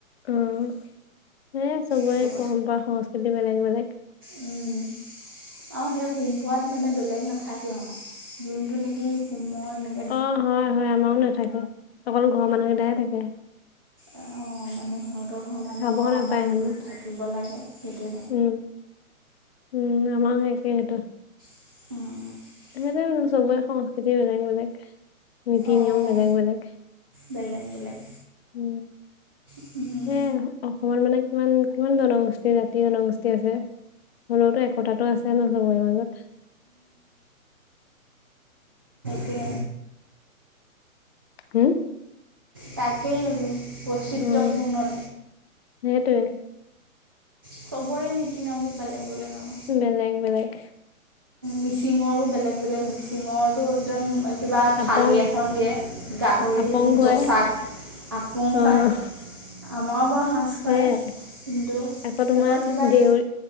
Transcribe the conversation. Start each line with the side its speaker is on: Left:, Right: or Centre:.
Left: অ সে চবৰে
Right: এইটো
Left: পৰম্পৰা সংস্কৃতি বেলেগ বেলেগ।
Right: উম আৰু সেই হোম পোৱাত মানে বেলেগ নাথাকেও আমাৰ যোনটো নেকি হোমৰে,
Left: অ হয় হয় আমাৰো নাথাকে অকল ঘৰৰ মানুহকেইটাই থাকে।
Right: অ মানে সিহঁতৰ ঘৰ মানুহ
Left: চাব
Right: আৰু
Left: নাপায়
Right: আমাৰ
Left: হেনো
Right: যোনটোত থাকিব লাগে সেইটো।
Left: উম উম আমাও একেটো,
Right: <inaudible>
Left: সেতো কৈছো চবৰে সংস্কৃতি বেলেগ বেলেগ নীতি
Right: অঁ
Left: নিয়ম বেলেগ বেলেগ।
Right: বেলেগ বেলেগ,
Left: উম,
Right: <inaudible>
Left: এ অসমত মানে কিমান কিমান জনগোষ্ঠী জাতি জনগোষ্ঠী আছে। হলেওতো একতটো আছে ন চবৰে মাজত।
Right: কে,
Left: হুম,
Right: তাকেই বলো বৈচিত্ৰ্যপূৰ্ণ,
Left: উম, সেইটোৱে।
Right: চবৰে নীতি নিয়মবোৰ বেলেগ বেলেগ আৰু
Left: বেলেগ বেলেগ।
Right: মিচিঙৰো বেলেগ বেলেগ মিচিঙৰ, টো একদম কিবা থালি
Left: আপং
Right: এখন দিয়ে গাহৰি
Left: আপং
Right: দি
Left: খুৱাই
Right: জচাক। আপং
Left: অ',
Right: খোৱাই, আমাৰো বাৰু সাঁজ খুৱায়
Left: সেয়াই
Right: কিন্তু সিহঁতৰ
Left: আকৌ তোমাৰ
Right: কিবা
Left: দেউৰী